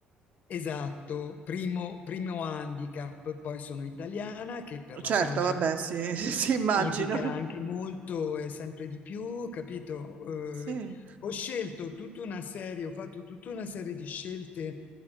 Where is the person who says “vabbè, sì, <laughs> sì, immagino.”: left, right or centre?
Right